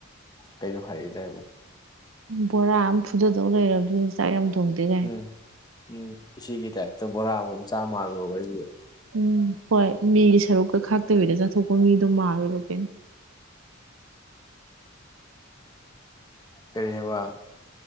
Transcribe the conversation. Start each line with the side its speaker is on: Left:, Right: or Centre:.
Left: ꯀꯩꯩꯅ ꯐꯔꯗꯦꯕ
Right: ꯕꯣꯔꯥ ꯑꯃ ꯐꯨꯗꯗꯧ ꯂꯩꯔꯕꯗꯨ ꯆꯥꯛ ꯌꯥꯝ ꯊꯣꯡꯝꯇ ꯌꯥꯥꯏ
Left: ꯎꯝ ꯎꯝ ꯏꯒꯤ ꯇꯥꯏꯞꯇ ꯕꯣꯔꯥ ꯑꯃꯝ ꯆꯥ ꯃꯜꯂꯣꯕ ꯑꯩꯁ
Right: ꯎꯝ ꯍꯣꯏ ꯃꯤꯒꯤ ꯁꯔꯨꯛꯀ ꯈꯥꯛꯇꯕꯤꯗ ꯆꯠꯊꯣꯛꯄ ꯃꯤꯗꯣ ꯃꯥꯜꯂꯔꯄꯩꯅꯤ
Left: ꯀꯔꯤ ꯍꯥꯏꯦꯕ